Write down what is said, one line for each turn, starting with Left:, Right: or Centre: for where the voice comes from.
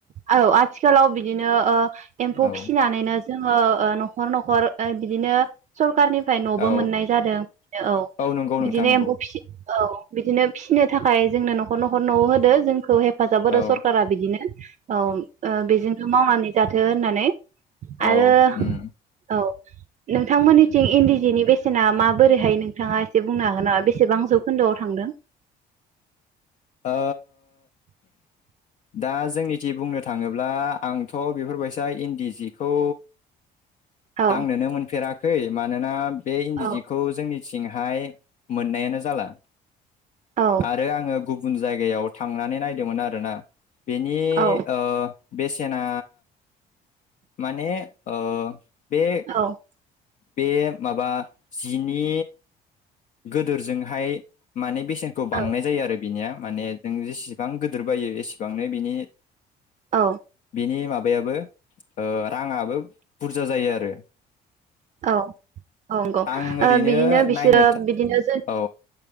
Right: औ आथिखालाव बिदिनो ओ एम्फौ
Left: औ
Right: फिसिनानैनो जोङो ओ न'खर न'खर ओ बिदिनो सरखारनि फाय न'बो
Left: औ
Right: मोननाय जादों बिनो औ
Left: नंगौ नोंथां
Right: बिदिनो
Left: नंगौ
Right: एम्फौ फि औ बिदिनो फिनो थाखाय जोंनो न'ख खर न'खर न'आव होदो जोंखौ हेफ हेफाजाब होदो
Left: औ
Right: सरकारा बिदिनो औ ओ बेजों‌ नो मावनानै जाथो होननानै।
Left: औ
Right: आरो
Left: उम
Right: औ नोंथांमोननिथिं इन्दि जिनि बेसेना माबोरैहाय नोंथाङा एसे बुंनो हागोन नामा? बेसेबां जौखोन्दोआव थांदों?
Left: ओ दा जोंनिथि बुंनो थाङोब्ला आंथ बेफोरबायसा इन्दि जिखौ
Right: औ
Left: दांनोनो मोनफेरा खै मानोना बे इन्दि
Right: औ
Left: जिखौ जोंनि थिंहाय मोननायानो जाला
Right: औ
Left: आरो आङो गुबुन जायगायाव थांनानै नायदोंमोन आरो ना बेनि
Right: औ
Left: ओ बेसेना माने ओ बे
Right: औ
Left: बे माबा जिनि गोदोरजोंहाय माने बेसेनखौ बांनाय
Right: औ
Left: जायो आरो बिनिया माने जों जेसे बिबां गिदिर बायो एसेबांनो बिनि
Right: औ
Left: बेनि माब माबायाबो ओ राङाबो बुरजा जायो आरो
Right: औ औ नंगौ
Left: आं ओरैनो
Right: ओ बिदिनो बिसोर
Left: नायनो
Right: बिदिनो जों
Left: औ